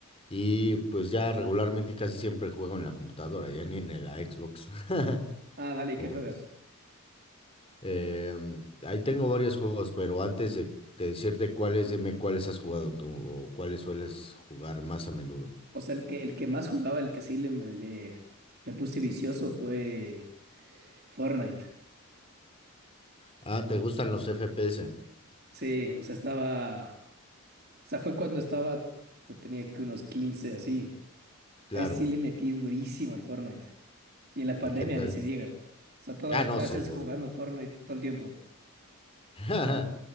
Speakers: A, on the left (about 25°); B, on the right (about 45°).
A: Y pues ya regularmente casi siempre juego en la computadora, ya ni en la Xbox. <laughs>
B: Ah, dale, ¿y
A: ¿Cómo
B: qué juegas?
A: ves? Eh, ahí tengo varios juegos, pero antes de, de decirte cuáles, dime cuáles has jugado tú o cuáles sueles jugar más a menudo.
B: O sea, el que, el que más jugaba, el que sí le, me- le me puse vicioso fue Fortnite.
A: Ah, ¿te gustan los FPS?
B: Sí, o sea, estaba. O sea, fue cuando estaba. Tenía que unos 15 así.
A: Claro.
B: Ahí sí le metí durísimo al Fortnite. Y en la pandemia
A: ¿Y qué tal?
B: ni se diga. O sea, todas
A: Ah,
B: las
A: no,
B: clases
A: seguro.
B: jugando Fortnite todo el tiempo.
A: <laughs>